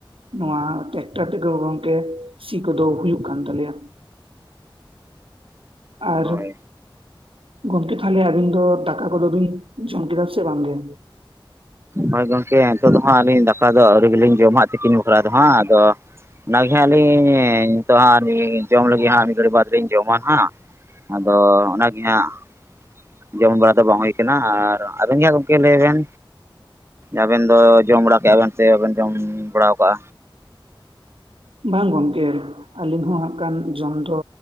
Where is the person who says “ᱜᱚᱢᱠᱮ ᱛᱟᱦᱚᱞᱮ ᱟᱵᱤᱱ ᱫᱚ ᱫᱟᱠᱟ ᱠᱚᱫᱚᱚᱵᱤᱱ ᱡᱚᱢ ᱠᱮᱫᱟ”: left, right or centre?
Right